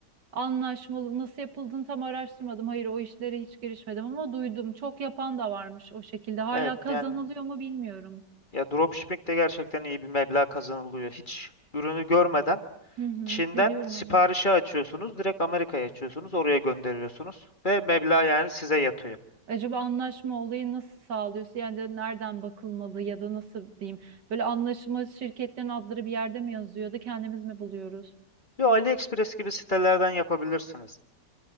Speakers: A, on the right; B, on the left.
A: Anlaşmalı nasıl yapıldığını tam araştırmadım. Hayır o işlere hiç girişmedim ama duydum. Çok yapan da varmış o şekilde. Hala
B: Evet
A: kazanılıyor
B: yani
A: mu bilmiyorum.
B: ya dropshipping de gerçekten iyi bir meblağ kazanılıyor. Hiç ürünü görmeden
A: Hı hı,
B: Çin'den
A: biliyorum
B: siparişi
A: evet.
B: açıyorsunuz, direkt Amerika'ya açıyorsunuz, oraya gönderiyorsunuz ve meblağ yani size yatıyor.
A: Acaba anlaşma olayı nasıl sağlıyorsun? Yani de nereden bakılmalı ya da nasıl diyeyim? Böyle anlaşma şirketlerin adları bir yerde mi yazıyor da kendimiz mi buluyoruz?
B: Yo AliExpress gibi sitelerden yapabilirsiniz.